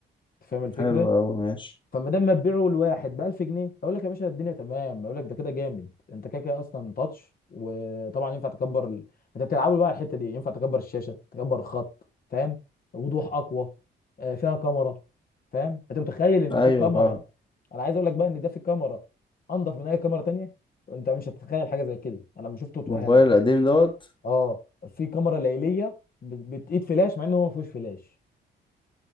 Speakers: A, on the left (about 50°); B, on the left (about 25°).
A: أنت فاهم الفكره
B: حلو اوي ماشي
A: فما دام ما تبيعه لواحد ب 1000 جنيه اقول لك يا باشا الدنيا تمام اقول لك ده كده جامد انت كده كده اصلا تاتش وطبعا ينفع تكبر ال... انت بتلعبوا بقى على الحته دي ينفع تكبر الشاشه تكبر الخط فاهم وضوح اقوى آه، فيها كاميرا فاهم انت متخيل ان
B: ايوه
A: في كاميرا
B: فاهم
A: انا عايز اقول لك بقى ان ده في كاميرا انضف من اي كاميرا تانية انت مش هتتخيل حاجه زي كده انا لما شفته اتوهمت
B: الموبايل القديم دوت
A: اه في كاميرا ليليه بت- بتقيد فلاش مع انه هو ما فيهوش فلاش